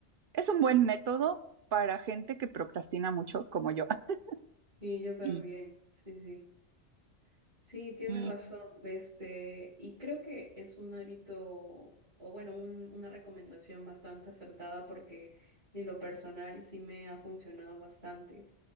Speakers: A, on the right; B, on the right.
A: es un buen método para gente que procrastina mucho como yo. <laughs>
B: Sí, yo también,
A: Y,
B: sí, sí. Sí, tienes
A: y
B: razón, este, y creo que es un hábito, o bueno, un- una recomendación bastante acertada porque en lo personal sí me ha funcionado bastante